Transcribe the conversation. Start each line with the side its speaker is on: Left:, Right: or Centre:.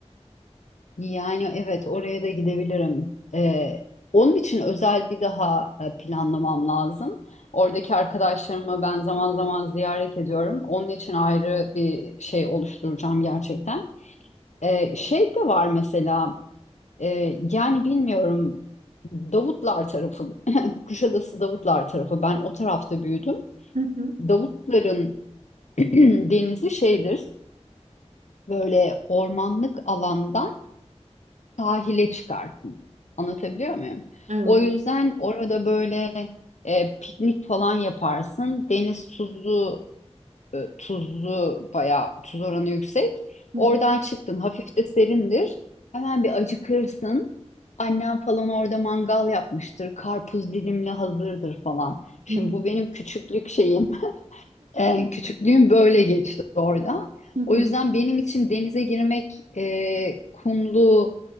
Left: Yani evet oraya da gidebilirim. Ee, onun için özel bir daha e, planlamam lazım. Oradaki arkadaşlarımı ben zaman zaman ziyaret ediyorum. Onun için ayrı bir şey oluşturacağım gerçekten. Ee, şey de var mesela e, yani bilmiyorum Davutlar tarafı, <laughs> Kuşadası Davutlar tarafı. Ben o tarafta büyüdüm.
Right: Evet. <laughs>
Left: Davutların <clears throat> denizi şeydir böyle ormanlık alandan sahile çıkarsın. Anlatabiliyor muyum?
Right: Evet.
Left: O yüzden orada böyle e, piknik falan yaparsın. Deniz tuzlu, e, tuzlu bayağı tuz oranı yüksek.
Right: Hı
Left: Oradan çıktın, hafif de serindir. Hemen bir acıkırsın. Annem falan orada mangal yapmıştır. Karpuz dilimli hazırdır falan. Şimdi
Right: hı
Left: bu benim küçüklük şeyim. E, küçüklüğüm böyle geçti orada.
Right: hı hı
Left: O yüzden benim için denize girmek e, kumlu